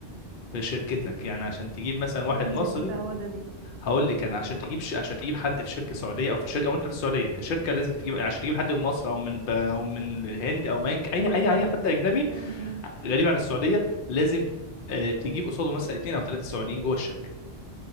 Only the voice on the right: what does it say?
ايه نسبة
السعودة دي
امم